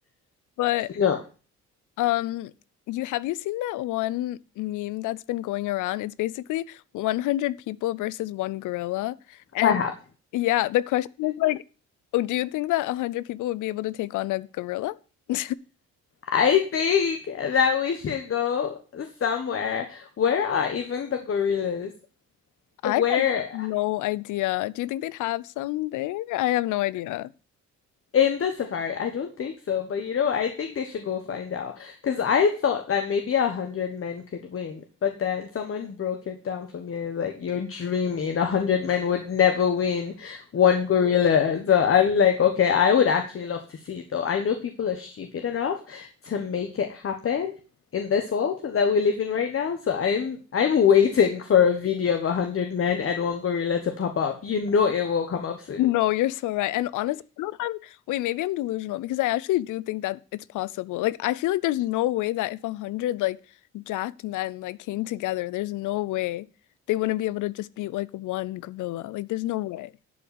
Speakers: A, on the left; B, on the left.
A: But
B: No,
A: um, you have you seen that one meme that's been going around? It's basically 100 people versus one gorilla, and
B: I have.
A: yeah, the question is like, oh, do you think that 100 people would be able to take on a gorilla? <laughs>
B: I think that we should go somewhere. Where are even the gorillas?
A: I
B: Where?
A: have no idea. Do you think they'd have some there? I have no idea.
B: In the safari, I don't think so, but you know, I think they should go find out. Because I thought that maybe a hundred men could win, but then someone broke it down for me and was like, you're dreaming. A hundred men would never win one gorilla. So I'm like, okay, I would actually love to see it though. I know people are stupid enough to make it happen in this world that we live in right now. So I'm I'm waiting for a video of a hundred men and one gorilla to pop up. You know it will come up soon.
A: No, you're so right. And honestly, I don't know if I'm, wait, maybe I'm delusional because I actually do think that it's possible. Like, I feel like there's no way that if a hundred like jacked men like came together, there's no way they wouldn't be able to just beat like one gorilla. Like, there's no way.